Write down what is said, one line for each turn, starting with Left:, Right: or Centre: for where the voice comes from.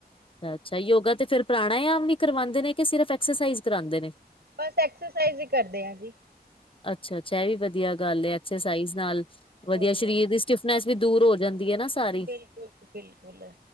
Left: ਅੱਛਾ ਯੋਗਾ ਤੇ ਫਿਰ ਪ੍ਰਾਣਾਯਮ ਵੀ ਕਰਵਾਉਂਦੇ ਨੇ, ਸਿਰਫ ਐਕਸਸਾਈਜ਼ ਕਰਾਉਂਦੇ ਨੇ?
Right: ਬਸ ਐਕਸਰਸਾਈਜ਼ ਹੀ ਕਰਦੇ ਆ ਜੀ।
Left: ਅੱਛਾ ਅੱਛਾ ਇਹ ਵੀ ਵਧੀਆ ਗੱਲ ਹੈ, ਐਕਸਰਸਾਈਜ਼ ਨਾਲ ਵਧੀਆ
Right: ਹੋਏਗਾ।
Left: ਸਰੀਰ ਦੀ ਸਟਿਫਨੈਸ ਵੀ ਦੂਰ ਹੋ ਜਾਂਦੀ ਹੈ ਨਾ। ਸਾਰੀ
Right: ਬਿਲਕੁਲ, ਬਿਲਕੁਲ।